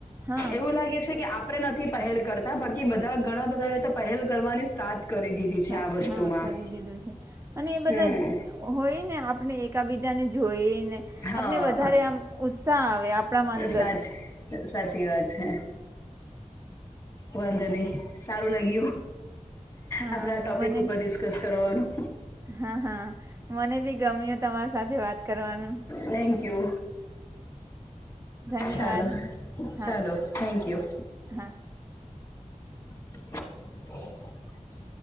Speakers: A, on the right; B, on the left.
A: હા
B: એવું લાગે છે કે આપ આપણે નથી પહેલ કરતા, બાકી બધા ઘણા બધા એ તો પહેલ કરવાની સ્ટાર્ટ કરી દીધી
A: સ્ટા,
B: છે આ વસ્તુમાં
A: હા, કરી દીધું છે અને એ બધા
B: હમ
A: હોય ને આપણે એકાબીજાને જોઈ ને
B: હા
A: આપને વધારે આમ ઉત્સાહ આવે આપણામાં અંદર
B: સાચ સાચી વાત છે. વાંધો નહી સારું લાગ્યું
A: હા
B: આપણા ટોપિક
A: મને
B: ઉપર ડિસ્કસ કરવાનું
A: હા હા મને બી ગમ્યો તમારી સાથે વાત કરવાનું
B: થેન્ક્યુ
A: ધન્યવાદ
B: ચાલો
A: હા
B: ચાલો થેન્ક યુ
A: હા
B: <inaudible>